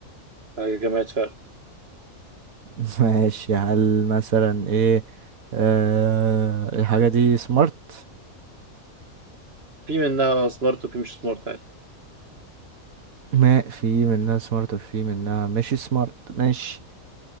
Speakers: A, on the right; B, on the right.
A: حاجة جماعة فعلا
B: <laughs> ماشي هل مثلا ايه آه الحاجة دي سمارت
A: في منها سمارت وفي مش سمارت عادي
B: ما في منها سمارت وفي منها ماشي سمارت ماشي